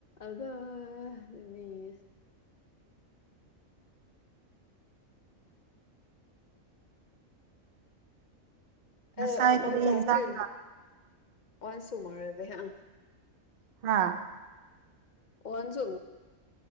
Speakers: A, on the left; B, on the right.
A: ꯑꯗ <unintelligible> ꯑꯅꯤ
B: ꯉꯁꯥꯏ
A: ꯑꯦ ꯑꯣ ꯐꯟ
B: ꯀꯔꯤ
A: ꯆꯥꯏꯦ
B: ꯌꯦꯟꯁꯥꯡ
A: ꯐꯟꯁꯨꯃꯔꯗꯤ ꯑ
B: ꯍꯥꯥ
A: ꯑꯣꯍꯟꯁꯨ